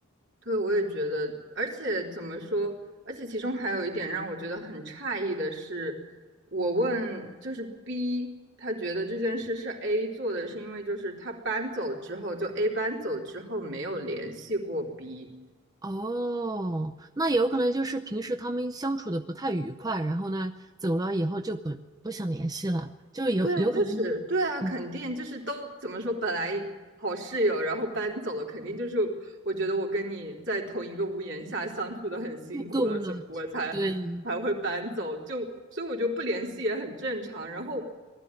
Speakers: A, on the right; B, on the right.
A: 对，我也觉得，而且怎么说，而且其中还有一点让我觉得很诧异的是，我问就是 B，他觉得这件事是 A 做的，是因为就是他搬走之后，就 A 搬走之后没有联系过 B。
B: 哦，那有可能就是平时他们相处的不太愉快，然后呢，走了以后就不不想联系了，就有有可能，
A: 对啊，就是对啊，
B: 嗯，
A: 肯定就是都怎么说，本来好室友，然后搬走了，肯定就是我觉得我跟你在同一个屋檐下相处的很辛苦了，
B: 不够了，
A: 所以我才才会搬走，
B: 对，
A: 就所以我觉得不联系也很正常。然后